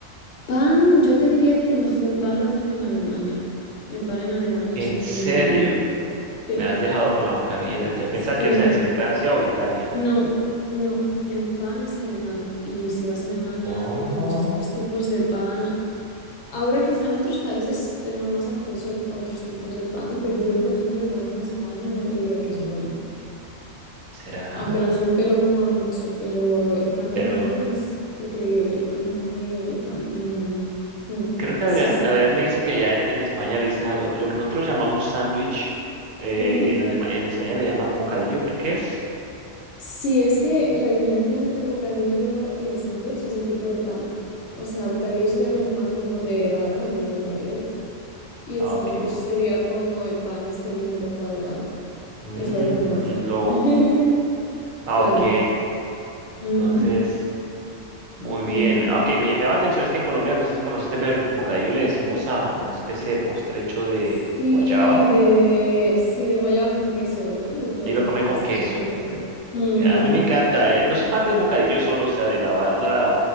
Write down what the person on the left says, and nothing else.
Pan, yo te diría que el mejor pan lo hacen en Alemania. El pan en Alemania
es muy,
muy bueno. Sí,
sí,
no, no, el pan es alemán y si vas a Alemania
tienen muchísimos tipos de pan. Ahora quizá en otros países tenemos más acceso a a otros tipos de pan, pero yo, por ejemplo, el pan en España no te diría que es bueno.
aunque la gente lo coma mucho, pero el pan
alemán es increíble, hace muy bien el pan en Alemania. Mm,
sí, sí.
Ujú.
Sí, es que la diferencia entre el bocadillo y el sándwich es el tipo de pan. O sea, bocadillo sería
con pan como de barra, de baguette, y
el sándwich
sería como el pan este Bimbo cuadrado.
Es la diferencia.
<laughs>
Claro.
Ujú,
ujú.
Sí,
de, sí, de guayaba con queso, ¿verdad? Lo he probado.
Está
súper bueno.
Mm,